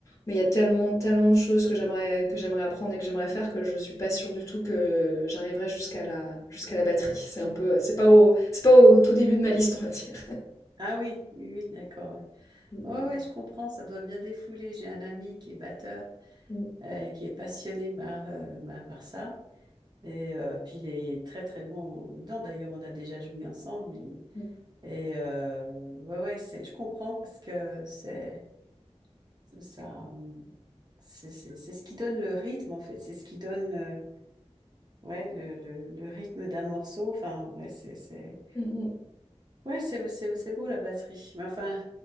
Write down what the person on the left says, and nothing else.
mais il y a tellement, tellement de choses que j'aimerais que j'aimerais apprendre et que j'aimerais faire que je suis pas sûre du tout que j'arriverais jusqu'à la jusqu'à la batterie. C'est un peu c'est pas au c'est pas au tout début de ma liste, on va dire.
Mmh
mh.
Mmh.
Mmh.
Mmh mh.